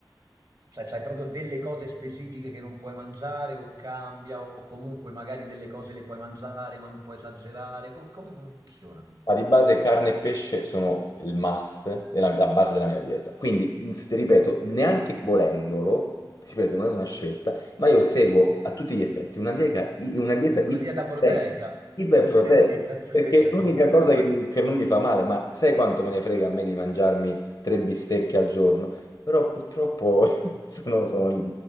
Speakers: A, on the right; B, on the left.
A: cioè, c'hai proprio delle cose specifiche che non puoi mangiare o cambia o comunque magari delle cose le puoi mangiare ma non puoi esagerare? Co- come funziona?
B: ma di base carne e pesce sono il must, della, la base della mia dieta. Quindi, n- ti ripeto, neanche
A: Mm.
B: volendolo, ti ripeto, non è una scelta, ma io seguo a tutti gli effetti una dieta, i- una dieta iperproteica,
A: Con la dieta proteica?
B: iperproteica,
A: <laughs> Sì, è vero.
B: perché è l'unica
A: <laughs>
B: cosa che, mi- che non mi fa male, ma sai quanto me ne frega a me di mangiarmi tre bistecche al giorno? Però purtroppo <laughs> sono, sono